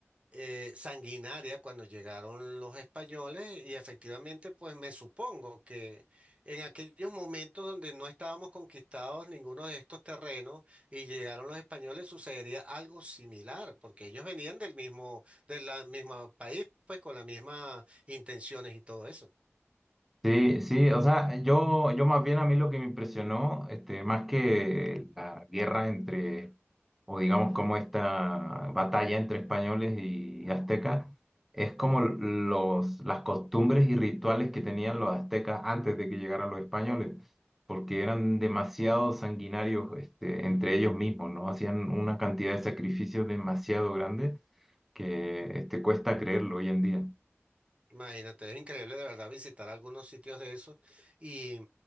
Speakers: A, on the right; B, in the centre.
A: eh, sanguinaria cuando llegaron los españoles y efectivamente pues me supongo que en aquellos momentos donde no estábamos conquistados ninguno de estos terrenos y llegaron los españoles sucedería algo similar porque ellos venían del mismo del la misma país pues con las mismas intenciones y todo eso.
B: Sí, sí, o sea, yo, yo más bien a mí lo que me impresionó, este, más que la guerra entre, o digamos como esta batalla entre españoles y aztecas, es como los, las costumbres y rituales que tenían los aztecas antes de que llegaran los españoles, porque eran demasiado sanguinarios, este, entre ellos mismos, ¿no? Hacían una cantidad de sacrificios demasiado grande que, este, cuesta creerlo hoy en día.
A: Imagínate, es increíble de verdad visitar algunos sitios de esos y,